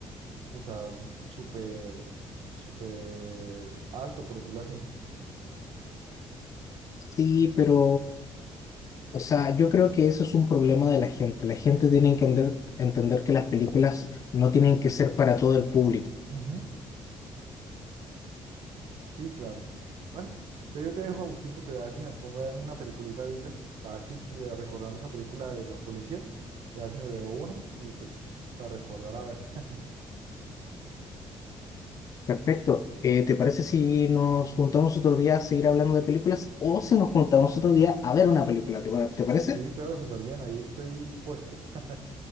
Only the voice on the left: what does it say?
Sí, pero O sea, yo creo que ese es un problema de la gente. La gente tiene que entender, entender que las películas no tienen que ser para todo el público.
Perfecto. Eh, ¿te parece si nos juntamos otro día a seguir hablando de películas o
si nos juntamos otro día a ver una película? ¿Te, pa- te parece?